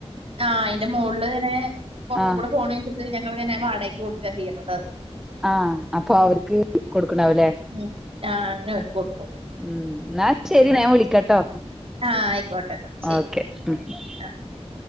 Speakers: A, on the right; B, in the centre.
A: ആ അതിന്റെ മുകളില് ഇങ്ങനെ പുറത്ത
B: ആഹ്
A: കൂടെ കോണിവെച്ചിട്ട് ഞങ്ങൾ ഇങ്ങനെ വാടകക്ക്കൊടുക്കാ ചെയ്യണത് അത്
B: ആ അപ്പൊ അവർക്ക് കൊടുക്കണാവൂല്ലേ
A: ഉം ആഹ് അങ്ങനെ കൊടുക്കും
B: ഉ ന്നാ ശരി ഞാൻ വിളിക്കട്ടോ
A: ആഹ് ആയിക്കോട്ടെ എന്നാ ശരി
B: ഓക്കെ ഉ
A: ആ